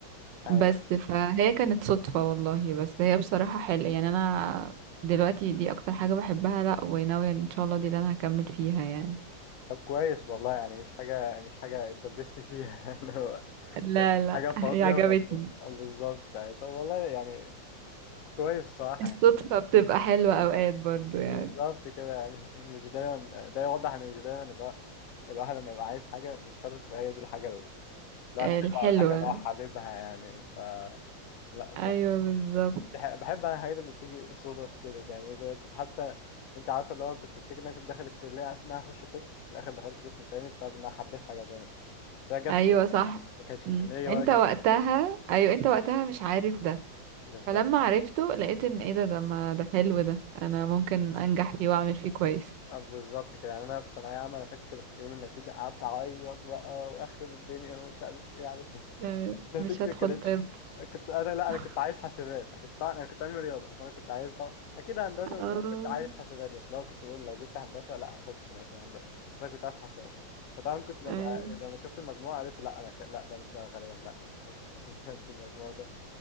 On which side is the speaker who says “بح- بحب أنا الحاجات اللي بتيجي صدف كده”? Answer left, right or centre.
Left